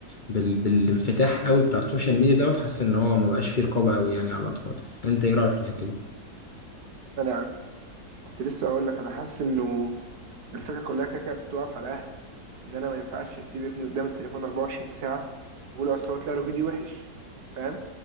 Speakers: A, on the left; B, on the right.
A: بال... بالانفتاح قوي بتاع السوشيال ميديا دوت حاسس ان هو ما بقاش فيه رقابه قوي يعني على الاطفال انت ايه رايك في الحته دي
B: انا كنت لسه اقول لك انا حاسس انه الفكره كلها كده كده بتتوقف على الاهل ان انا ما ينفعش اسيب ابني قدام التليفون 24 ساعه واقول اصل هو طلع له فيديو وحش فاهم